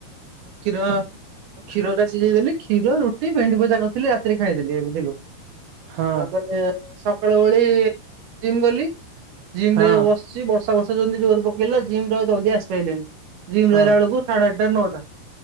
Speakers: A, on the right; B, on the right.
A: କ୍ଷୀର କ୍ଷୀର ଟା ସିଜେଇ ଦେଲି। କ୍ଷୀର, ରୁଟି, ଭେଣ୍ଡି ଭଜା କରିଥିଲି ରାତିରେ ଖାଇଦେଲି ବୁଝିଲୁ।
B: ହଁ
A: ତାପରେ ସକାଳ ଓଳି ଜିମ୍ ଗଲି ଜିମ
B: ହଁ
A: ରେ ବସି ବସି ବର୍ଷା ବର୍ଷା ଯେମିତି ଜୋରରେ ପକେଇଲା ଜିମରୁ ଆଉ ଜଲଦି ଆସି ପାଇଲିନି। ଜିମ୍
B: ହଁ
A: ରୁ ଆଇଲା ବେଳକୁ ସାଢ଼େ ଆଠଟା ନଅଟା।